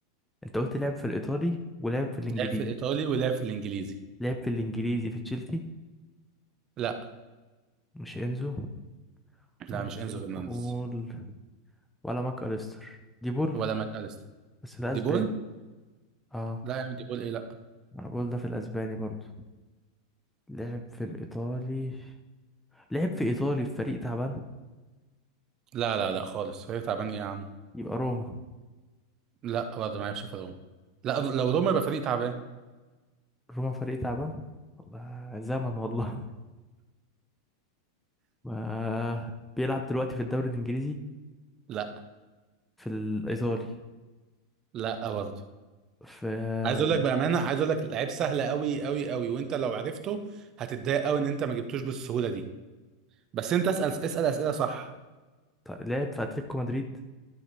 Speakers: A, in the centre; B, on the right.
A: انت قلت لعب في الإيطالي ولعب في الإنجليزي
B: لعب في الايطالي ولعب في الانجليزي
A: لعب في الإنجليزي في تشيلسي
B: لا
A: مش إنزو
B: لا
A: ممكن
B: مش انزو فرنانديز
A: نقول ولا ماكاليستر ديبول
B: ولا ماكاليستر
A: بس ده
B: دي
A: أسباني
B: بول
A: اه
B: لا يا عم دي بول ايه لا
A: ما انا بقول ده في الاسباني برضو لعب في الايطالي لعب في ايطالي في فريق تعبان
B: لا لا لا خالص هي تعبان ايه يا عم
A: يبقى روما
B: لا برضه ما يعرفش في روما لا لو روما يبقى فريق تعبان
A: روما فريق تعبان والله زمن والله <laughs> ما بيلعب دلوقتي في الدوري الانجليزي
B: لا
A: في الايطالي
B: لا برضه
A: في
B: عايز اقول لك بامانه عايز اقول لك لعيب سهل قوي قوي قوي وانت لو عرفته هتتضايق قوي ان انت ما جبتوش بالسهوله دي بس انت اسال اسال اسئله صح
A: طيب لعب في اتلتيكو مدريد